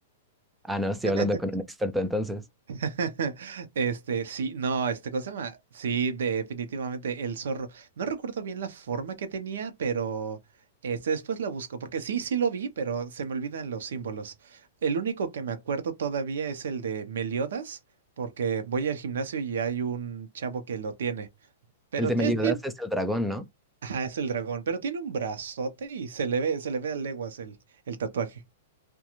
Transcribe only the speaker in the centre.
Ah, no, estoy
hablando con un experto entonces.
El de Meliodas
es el dragón, ¿no?